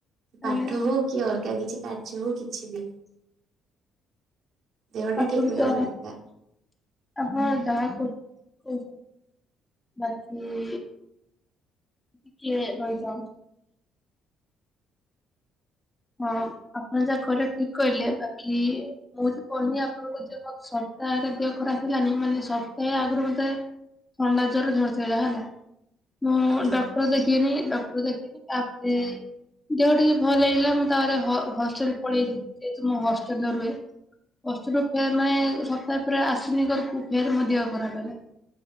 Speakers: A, on the left; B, on the right.
A: ଆଜ୍ଞା
B: ପାଠ ହଉ କି ଅଲଗା କିଛି କାର୍ଯ୍ୟ ହଉ କିଛି ବି ଦେହଟା
A: ଆପୁଲ
B: ଠିକ ରହିବା
A: ତ ଜଣେ
B: ଦରକାର।
A: ଆମର ଯାହା କହୁ ବାକି ଟିକିଏ ରହିଥାନ୍ତୁ। ହଁ ଆପଣ ଯାହା କହିଲେ ଠିକ କହିଲେ ବାକି ମୁଁ କହିନି ଆପଣଙ୍କୁ ଯେ ତା ଦେହ ଖରାପ ହେଲାନି ମାନେ ସପ୍ତାହେ ଆଗରୁ ମତେ ଥଣ୍ଡା ଜର ଧରିଦେଲା ହେଲା। ମୁଁ
B: ଆଜ୍ଞା।
A: ଡକ୍ଟର ଦେଖେଇନି ଡ ଦେଖେଇନି ତାପରେ ଦେହ ଟିକେ ଭଲ ହୋଇଗଲା ମୁଁ ତାପରେ ହଷ୍ଟେଲ ପଳେଇଗଲି ଯେହେତୁ ମୁଁ ହଷ୍ଟେଲରେ ରୁହେ। ହଷ୍ଟେଲରୁ ଫେର ମାନେ ସପ୍ତାହେ ପରେ ଆସିନି ଘରକୁ ଫେର ମୋ ଦେହ ଖରାପ ହେଲା।